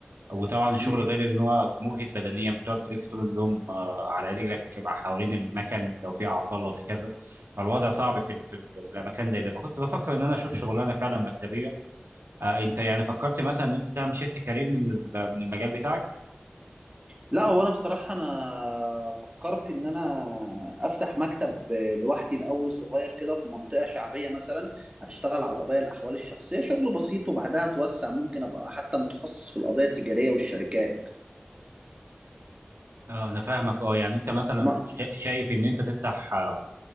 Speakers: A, on the right; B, on the right.
A: وطبعا الشغل
B: امم
A: غير ان هو مجهد بدنيا بتقعد تلف طول اليوم آه، على رجلك بقى حوالين المكن لو في اعطال لو في كذا فالوضع صعب في ال- في, ال- في الاماكن زي ده فكنت بفكر ان انا اشوف شغلانه فعلا مكتبيه آه انت يعني فكرت مثلا ان انت تعمل شيفت كارير من ال- من المجال بتاعك
B: لا هو انا بصراحه انا فكرت ان انا افتح مكتب لوحدي الاول صغير كده في منطقه شعبيه مثلا اشتغل على القضايا الاحوال الشخصيه شغل بسيط وبعدها اتوسع ممكن ابقى حتى متخصص في القضايا التجاريه والشركات
A: آه انا فاهمك اه يعني انت مثلا
B: ما
A: شا- شايف ان انت تفتح آه،